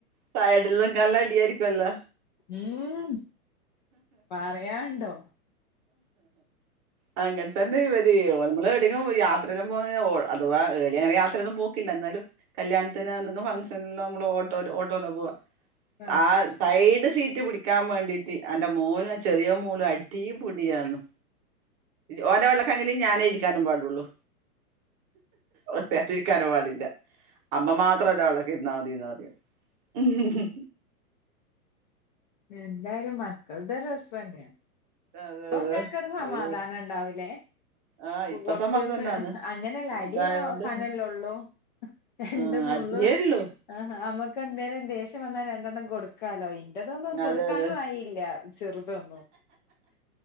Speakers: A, on the right; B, on the left.
A: സൈഡിലൊക്കെ നല്ല അടിയായിരിക്കും കല്ല
B: ഊം പറയാണ്ടോ
A: ആ അങ്ങനത തന്നെ വരേയോ ഞമ്മള് ധികോം യാത്രെന്നും പോവാ അഥവാ ഏടെയാണങ് യാത്രെന്നും പോക്കില്ല ന്നാലും കല്യാണത്തിനോ ന്തെങ്കിഫഗ്‌ഷന്ലോ നമ്മള് ഓട്ടോ ഓട്ടോലാപോവാ.
B: ആഹ്
A: ആ സൈഡ് സീറ്റ് പിടിക്കാൻ മേണ്ടിട്ട് ത്തി അന്റെ മോനും ആ ചെറിയ മോളും അടിയും പുടിയാന്ന് ഓന്റെ വെള്ള കാങ്ങില് ഞാനേ ഇരിക്കാനും പാടുള്ളൂ ഓൻ <unintelligible> ഇരിക്കാനും പാടില്ല അമ്മ മാത്രം <unintelligible> ഇന്നാൽ മതിന്ന് പറ ഉം ഉം
B: എന്തായാലും മക്കള്ടെ രസന്നെയ
A: അതെ
B: ഇപ്പൊ
A: അതെ
B: ഇങ്ങക്കൊരു സമാധാനം
A: അവര്
B: ഉണ്ടാവൂലേ
A: ആഹ് ഇപ്പൊ
B: കൊറച്ചൊന്ന്
A: സമാധാനാന്ന്
B: അങ്ങനെല്ല
A: വലുതായോണ്ട്
B: അടിയെ വക്കാനല്ലേള്ളൂ രണ്ട്ന്നുള്ള്
A: ആഹ് അടിയേ ഉള്ളൂ
B: ആഹ് ഇപ്പ എന്തെലും ദേശ്യം വന്നാൽ രണ്ടെണ്ണം കൊടുക്കാലോ ഇതൊന്നും കൊടുക്കാനും
A: അതെ അതെ
B: ആയില്ല ചെറുതൊന്നും